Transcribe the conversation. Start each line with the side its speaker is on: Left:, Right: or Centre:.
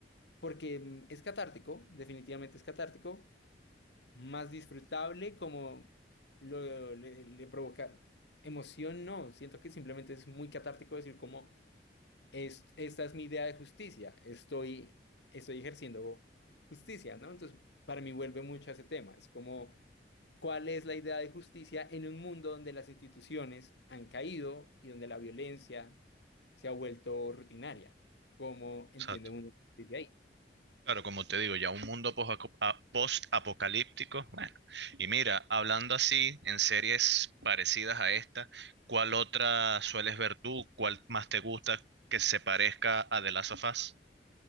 Left: porque mm, es catártico, definitivamente es catártico, más disfrutable, como lo, le, le provoca emoción, no, siento que simplemente es muy catártico decir como "Es- esta es mi idea de justicia, estoy, estoy ejerciendo justicia, ¿no? Entonces, para mí vuelve mucho a ese tema, es como cuál es la idea de justicia en un mundo donde las instituciones han caído y donde la violencia se ha vuelto rutinaria, ¿cómo entiende
Right: O sea,
Left: uno justicia ahí?
Right: Claro, como te digo, ya un mundo posaco- a- post-apocalíptico. Bueno, y mira, hablando así, en series parecidas a esta, ¿cuál otra sueles ver tú? ¿Cuál más te gusta que se parezca a The Last of Us?